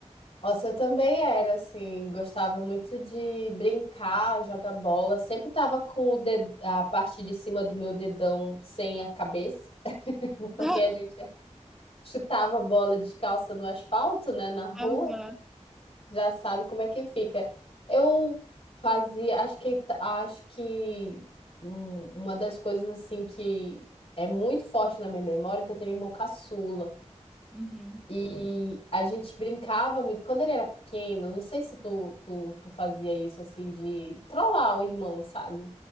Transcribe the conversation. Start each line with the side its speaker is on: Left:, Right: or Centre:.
Left: Nossa, eu também era, assim, gostava muito de brincar, jogar bola. Sempre tava com o ded- a parte de cima do meu dedão sem a cabeça, <laughs>
Centre: <laughs>
Left: porque a gente chutava a bola descalça no asfalto, né, na rua.
Centre: Aham.
Left: Já sabe como é que fica. Eu fazia, acho que, acho que hum, uma das coisas, assim, que é muito forte na minha memória, é que eu tenho um irmão caçula.
Centre: Uhum.
Left: E a gente brincava muito. Quando ele era pequeno, não sei se tu, tu, tu fazia isso assim de trollar o irmão, sabe?